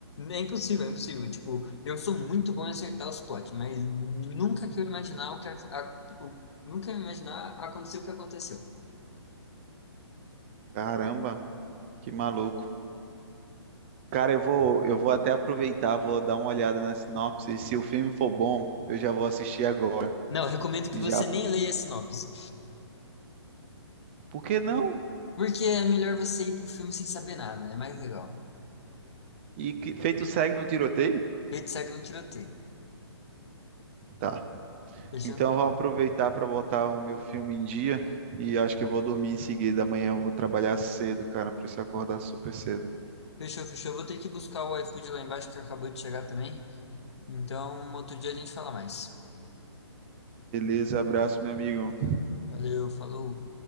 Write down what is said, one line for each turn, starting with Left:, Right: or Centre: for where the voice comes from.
Left: É impossível, é impossível. Tipo, eu sou muito bom em acertar os plots, mas nunca que eu imaginar o que a, a- o- nunca eu imaginar aconteceu o que aconteceu.
Right: Caramba, que maluco. Cara, eu vou, eu vou até aproveitar, vou dar uma olhada na sinopse, se o filme for bom, eu já vou assistir agora.
Left: Não, eu recomendo que
Right: E
Left: você
Right: já,
Left: nem leia a sinopse,
Right: por que não?
Left: porque é melhor você ir pro filme sem saber nada, é mais legal.
Right: E que, feito segue no tiroteio?
Left: Feito segue no tiroteio.
Right: Tá.
Left: Fechou?
Right: Então, vou aproveitar para botar o meu filme em dia e acho que eu vou dormir em seguida. Amanhã eu vou trabalhar cedo, cara. Preciso acordar super cedo.
Left: Fechou, fechou. Vou ter que buscar o iFood lá embaixo que acabou de chegar também. Então, outro dia a gente fala mais.
Right: Beleza, abraço, meu amigo.
Left: Valeu, falou.